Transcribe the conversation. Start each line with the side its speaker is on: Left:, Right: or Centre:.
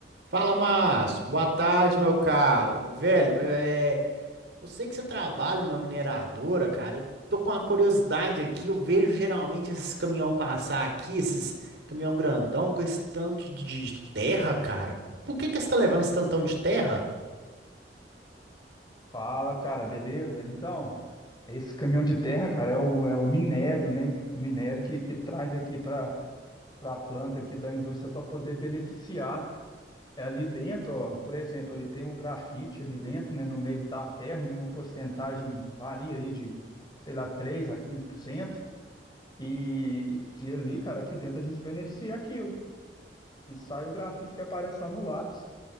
Right: Fala, Márcio. Boa tarde, meu caro. Velho, é, eu sei que você trabalha numa mineradora, cara. Eu tô com uma curiosidade aqui. Eu vejo geralmente esses caminhão passar aqui, esses caminhão grandão com esse tanto de de terra, cara. Por que que você tá levando esse tantão de terra?
Left: Fala, cara, beleza? Então, esse caminhão de terra, cara, é o, é o minério, né? O minério que, que traz aqui para a planta aqui da indústria para poder beneficiar. É ali dentro, ó, por exemplo, ali tem o grafite ali dentro, né, no meio da terra, em uma porcentagem varia aí de, sei lá, 3 a 15%. E, e ali, cara, aqui dentro a gente beneficia aquilo. E sai o grafite que aparece lá no lápis.